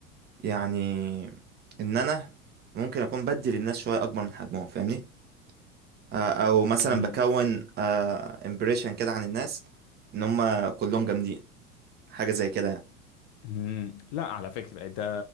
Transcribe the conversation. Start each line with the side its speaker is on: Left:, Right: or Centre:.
Right: يعني إن أنا ممكن أكون بدي للناس شوية أكبر من حجمهم فاهمني آه، او مثلا
Left: مم.
Right: بكون امبريشن كده عن الناس ان هم كلهم جامدين حاجه زي كده يعني
Left: مم. لا على فكرة ده